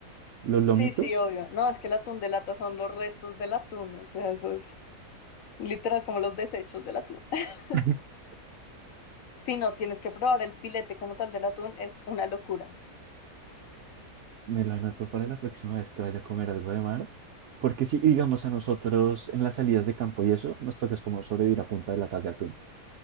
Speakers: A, on the right; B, on the left.
A: los
B: sí,
A: lomitos.
B: sí, obvio. No, es que el atún de lata son los restos del atún, o sea, eso es. Literal, como los desechos del atún. <laughs>
A: <laughs>
B: Si no, tienes que probar el filete como tal del atún, es una locura.
A: Me lo anoto para la próxima vez que vaya a comer algo de mar. Porque si, digamos, a nosotros en las salidas de campo y eso, nos toca es como sobrevivir a punta de latas de atún.